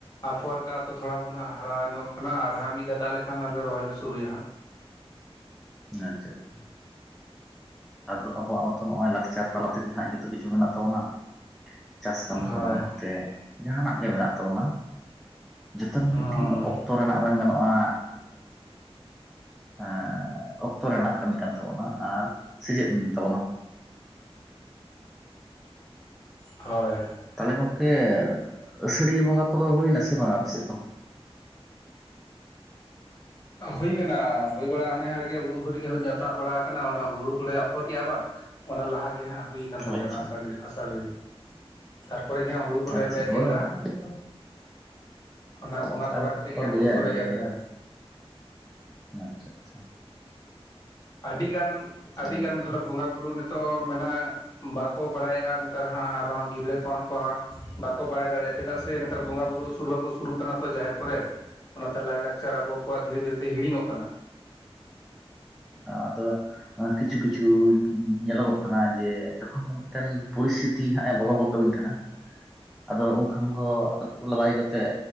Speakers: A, on the left; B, in the centre.
A: ᱟᱯᱷᱚᱨ ᱠᱟᱜ-ᱟ ᱛᱚ ᱛᱷᱚᱲᱟ ᱵᱩᱱ ᱦᱟᱨᱟ ᱧᱚᱜ ᱠᱟᱱᱟ ᱟᱨ ᱦᱟᱸᱜ ᱢᱤᱫ ᱫᱷᱟᱣ ᱫᱟᱜ ᱞᱮᱠᱷᱟᱱᱮ ᱨᱚᱦᱚᱭ ᱞᱮ ᱥᱩᱨᱩᱭᱟ ᱦᱟᱸᱜ
B: ᱟᱪᱪᱷᱟ ᱟᱪᱪᱷᱟ ᱟᱫᱚ ᱟᱵᱚᱣᱟᱜ ᱦᱚᱸᱛᱚ ᱱᱚᱜ-ᱚᱭ ᱞᱟᱠᱪᱟᱨ ᱛᱟᱞᱟ ᱛᱮᱜᱮ ᱦᱟᱸᱜ ᱡᱚᱛᱚ ᱠᱤᱪᱷᱩ ᱢᱮᱱᱟᱜ ᱛᱟᱵᱚᱱᱟ ᱪᱟᱥ ᱠᱟᱹᱢᱤ
A: ᱦᱳᱭ
B: ᱠᱚᱨᱮ ᱦᱚᱸ ᱛᱮ ᱡᱟᱦᱟᱱᱟᱜ ᱜᱮ ᱢᱮᱱᱟᱜ ᱛᱟᱵᱚᱱᱟ ᱡᱚᱛᱚ
A: ᱦᱚᱸ
B: ᱢᱤᱫᱴᱮᱱ ᱚᱠᱛᱚ ᱨᱮᱱᱟᱜ ᱢᱮᱱ ᱜᱟᱱᱚᱜ-ᱟ᱾ ᱮᱸᱻ ᱚᱠᱛᱚ ᱨᱮᱱᱟᱜ ᱠᱟᱹᱢᱤ ᱠᱟᱱ ᱛᱟᱵᱚᱱᱟ ᱟᱨ ᱥᱮᱪᱮᱫ ᱮ ᱛᱟᱵᱚᱱᱟᱢ
A: ᱦᱳᱭ᱾
B: ᱛᱟᱦᱚᱞᱮ ᱜᱚᱢᱠᱮ ᱟᱹᱥᱟᱹᱲᱤᱭᱟᱹ ᱵᱚᱸᱜᱟ ᱠᱚᱫᱚ ᱦᱩᱭ ᱱᱟᱥᱮ ᱵᱟᱸᱜᱟ ᱟᱯᱮᱥᱮᱫ ᱫᱚ
A: ᱦᱩᱭ ᱟᱠᱟᱱᱟ ᱦᱩᱭ ᱵᱟᱲᱟᱭ ᱦᱟᱱᱮ ᱦᱩᱲᱩ ᱦᱟᱹᱨᱤᱭᱟᱹᱲ ᱡᱟᱛᱟᱜ ᱵᱟᱲᱟ ᱟᱠᱟᱱᱟ ᱚᱱᱟ ᱦᱩᱲᱩ ᱠᱚᱨᱮ ᱟᱯᱷᱚᱨ ᱠᱮᱜᱼᱟ ᱵᱟᱝ ᱚᱱᱟ ᱞᱟᱦᱟ ᱜᱮ ᱦᱟᱸᱜ ᱦᱩᱭ ᱠᱟᱱ ᱛᱟᱞᱮᱭᱟ
B: ᱟᱪᱪᱷᱟ
A: ᱚᱱᱟ ᱟᱥᱟᱲ ᱟᱥᱟᱲ ᱨᱮᱜᱮ ᱛᱟᱨᱯᱚᱨᱮ ᱜᱮ ᱦᱟᱸᱜ ᱦᱩᱲᱩ ᱠᱚᱞ
B: ᱟᱪᱪᱷᱟ
A: ᱞᱮ
B: ᱦᱳᱭ
A: ᱮᱨᱟ
B: ᱚᱱᱠᱟ ᱜᱮᱛᱚ
A: ᱚᱱᱟ ᱵᱚᱸᱜᱟ
B: ᱚᱱᱠᱟ
A: ᱵᱚᱨᱟ
B: ᱜᱮᱛᱚ
A: ᱠᱟᱛᱮᱫ
B: ᱠᱚ
A: ᱜᱮ ᱦᱟᱸᱜ
B: ᱞᱟᱹᱭᱟ
A: ᱦᱩᱲᱩ ᱠᱚᱨᱮ
B: ᱡᱮ
A: ᱮᱨ ᱛᱟᱦᱮᱱ
B: ᱟᱪᱪᱷᱟ ᱟᱪᱪᱷᱟ᱾
A: ᱟᱹᱰᱤᱜᱟᱱ ᱟᱹᱰᱤᱜᱟᱱ
B: ᱟᱹᱰᱤ ᱱᱟᱯᱟᱭ
A: ᱢᱚᱛᱞᱚᱵᱽ ᱵᱚᱸᱜᱟ ᱵᱩᱨᱩ ᱱᱤᱛᱚᱜ ᱢᱮᱱᱟᱜ ᱵᱟᱠᱚ ᱵᱟᱲᱟᱭᱮᱜ-ᱟ ᱱᱮᱛᱟᱨ ᱦᱟᱸᱜ ᱟᱨᱦᱚᱸ ᱜᱤᱫᱽᱨᱟᱹ ᱠᱚᱦᱚᱸ ᱠᱚ ᱵᱟᱠᱚ ᱵᱟᱲᱟᱭ ᱫᱟᱲᱮᱭᱟᱜ-ᱟ ᱪᱮᱫᱟᱜ ᱥᱮ ᱱᱮᱛᱟᱨ ᱵᱚᱸᱜᱟ ᱵᱩᱨᱩ ᱥᱩᱨ ᱵᱟᱠᱚ ᱥᱩᱨᱩᱜ ᱠᱟᱱᱟ ᱛᱚ ᱡᱟᱦᱮᱨ ᱠᱚᱨᱮ ᱚᱱᱟᱛᱮ ᱞᱟᱭᱞᱟᱠᱪᱟᱨ ᱟᱵᱚᱣᱟᱜ ᱫᱷᱤᱨᱮ ᱫᱷᱤᱨᱮ ᱛᱮ ᱦᱤᱲᱤᱧᱚᱜ ᱠᱟᱱᱟ᱾
B: ᱟᱫᱚ ᱠᱤᱪᱷᱩ ᱠᱤᱪᱷᱩ ᱧᱮᱞᱚᱜᱚᱜ ᱠᱟᱱᱟ ᱡᱮ ᱡᱚᱠᱷᱚᱱ ᱜᱮ ᱢᱤᱫᱴᱮᱱ ᱯᱚᱨᱤᱥ ᱛᱤ ᱦᱟᱸᱜ ᱮ ᱵᱚᱫᱚᱞ ᱜᱚᱫ ᱠᱟᱹᱵᱤᱱ ᱠᱟᱱᱟ ᱟᱫᱚ ᱩᱱ ᱠᱷᱟᱱ ᱫᱚ ᱟᱹᱛᱩ ᱴᱚᱞᱟ ᱵᱟᱹᱜᱤ ᱠᱟᱛᱮᱜ